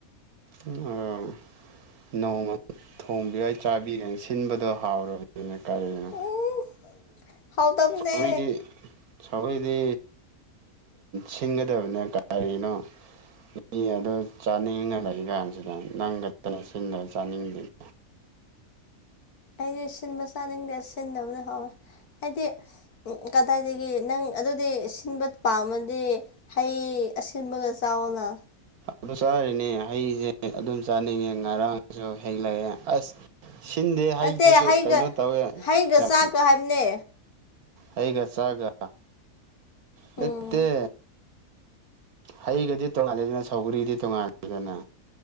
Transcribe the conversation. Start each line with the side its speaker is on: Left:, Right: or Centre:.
Right: ꯑ ꯅꯣꯡꯃ ꯊꯣꯡꯕꯤꯒꯩ ꯆꯥꯕꯤꯒꯩ ꯁꯤꯟꯕꯗꯣ ꯍꯥꯎꯔꯕꯅꯤꯅ ꯇꯔꯦꯅ
Left: ꯍꯥꯎꯋꯦ ꯍꯥꯏꯇꯥꯔꯦ꯫ ꯍꯥꯎꯇꯕꯅꯦ
Right: ꯆꯔꯤꯗꯤ ꯑꯩꯈꯏꯗꯤ ꯁꯤꯟꯒꯗꯕꯅꯦ ꯀꯔꯤꯅꯣ ꯃꯤ ꯑꯗꯨꯣ ꯆꯥꯅꯤꯡꯉ ꯁꯤ ꯀꯥꯟꯁꯤꯗ ꯅꯪꯒꯛꯇꯅ ꯁꯤꯤꯟꯗ ꯆꯥꯅꯤꯡꯗꯦꯗ
Left: ꯑꯩꯗꯤ ꯁꯤꯟꯕ ꯆꯥꯅꯤꯡꯗ ꯁꯤꯟꯗꯕꯅ ꯍꯥꯎꯋꯦ ꯍꯥꯏꯗꯤ ꯎ ꯀꯗꯥꯏꯗꯒꯤ ꯅꯪ ꯑꯗꯨꯗꯤ ꯁꯤꯟꯕ ꯄꯥꯝꯃꯗꯤ ꯍꯩ ꯑꯁꯤꯟꯕꯒ ꯆꯥꯎꯅ
Right: ꯑꯗꯨ ꯆꯥꯔꯤꯅꯦ ꯍꯩꯁꯦ ꯑꯗꯨꯝ ꯆꯥꯅꯤꯡꯉꯦ ꯉꯔꯥꯡꯁꯨ ꯍꯦꯜꯂꯛꯑꯦ ꯑꯁ ꯁꯤꯟꯗꯦ ꯍꯥꯏꯗꯨꯁꯨ
Left: ꯅꯠꯇꯦ ꯍꯩꯒ
Right: ꯀꯩꯅꯣ ꯇꯧꯋꯦ
Left: ꯍꯩꯒ
Right: ꯌꯥꯝ
Left: ꯆꯥꯛꯀ ꯍꯥꯏꯕꯅꯦ
Right: ꯑꯩꯒ ꯆꯥꯒ
Left: ꯎꯝ
Right: ꯅꯠꯇꯦ ꯍꯩꯒꯗꯤ ꯇꯣꯉꯥꯜꯂꯤꯗꯅ ꯁꯧꯒꯔꯤꯗꯤ ꯇꯣꯉꯥꯜꯂꯤꯗꯅ